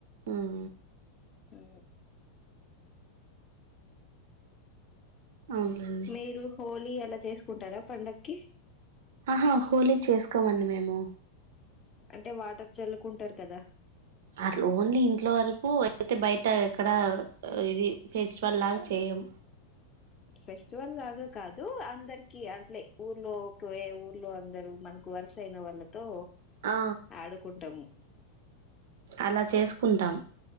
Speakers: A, on the right (about 55°); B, on the left (about 25°).
A: మ్
B: ఊ
A: అవునులేండి
B: మీరు హోలీ అలా చేసుకుంటారా పండగకి
A: ఆహా హోలీ చేసుకోమండి మేము
B: అంటే వాటర్ చల్లుకుంటారు కదా
A: అట్ల ఓన్లీ ఇంట్లో వరకు అయితే బయట ఎక్కడ ఇది ఫెస్టివల్ లాగా చేయము
B: ఫెస్టివల్ లాగా కాదు అందరికి కి అంటే ఊర్లో ఒకవే ఊర్లో అందరూ మనకు వరుస అయిన వాళ్ళ తో
A: ఆ
B: ఆడుకుట్టము
A: అలా చేసుకుంటాం